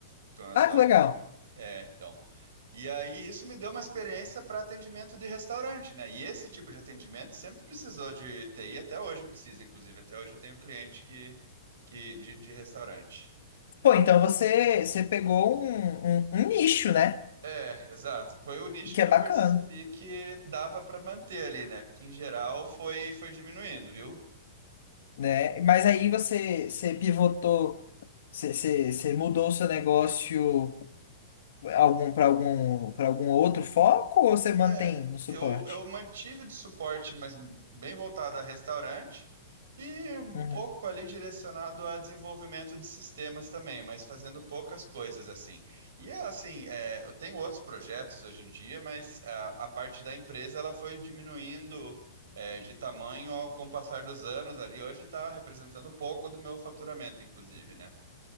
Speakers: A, on the right (about 75°); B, on the left (about 60°).
A: Estão nas
B: Ah,
A: lojas
B: que legal.
A: do Burger King. É, então. E aí isso me deu uma experiência para atendimento de restaurante, né? E esse tipo de atendimento sempre precisou de TI, até hoje precisa, inclusive. Até hoje eu tenho cliente que, que de, de restaurante.
B: Pô, então você, você pegou um, um, um nicho, né?
A: É, exato. Foi o nicho
B: Que
A: que
B: é
A: eu
B: bacana,
A: percebi que dava para manter ali, né? Porque em geral foi, foi diminuindo, viu?
B: né? Mas aí você, você pivotou, você, você, você mudou o seu negócio algum, para algum, para algum outro foco ou você mantém
A: É,
B: no suporte?
A: eu, eu mantive de suporte, mas bem voltado a restaurante e um
B: Uhum.
A: pouco ali direcionado a desenvolvimento de sistemas também, mas fazendo poucas coisas assim. E é assim, é, eu tenho outros projetos hoje em dia, mas a, a parte da empresa ela foi diminuindo é, de tamanho ao, com o passar dos anos ali. Hoje está representando pouco do meu faturamento, inclusive, né?